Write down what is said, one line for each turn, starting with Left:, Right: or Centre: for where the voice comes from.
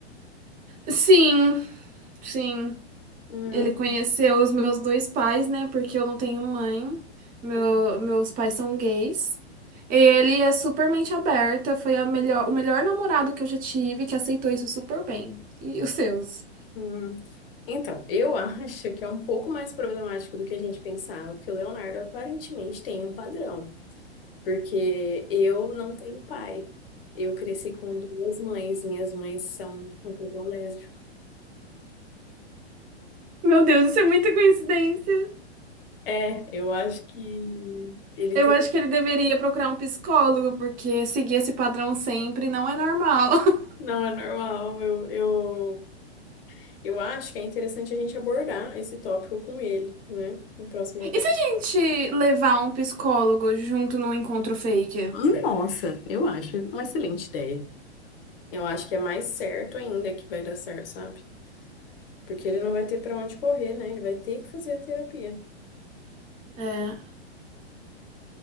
Right: Sim, sim.
Left: Hum,
Right: Ele conheceu os meus dois pais, né? Porque eu não tenho mãe. Meu,
Left: uhum.
Right: meus pais são gays. E ele é super mente aberta. Foi a melhor, o melhor namorado que eu já tive que aceitou isso super bem. E os seus?
Left: Hum. Então, eu <laughs> acho que é um pouco mais problemático do que a gente pensava, que o Leonardo aparentemente tem um padrão, porque eu não tenho pai. Eu cresci com duas mães, minhas mães são um pouco lésbicas.
Right: Meu Deus, isso é muita coincidência.
Left: É, eu acho que ele
Right: Eu
Left: teria.
Right: acho que ele deveria procurar um psicólogo, porque seguir esse padrão sempre não é normal. <laughs>
Left: Não é normal, eu, eu Eu acho que é interessante a gente abordar esse tópico com ele, né? Na próxima vez.
Right: E se a gente levar um psicólogo junto num encontro fake?
Left: Nossa, eu acho uma excelente ideia. Eu acho que é mais certo ainda que vai dar certo, sabe? Porque ele não vai ter pra onde correr, né? Ele vai ter que fazer a terapia.
Right: É.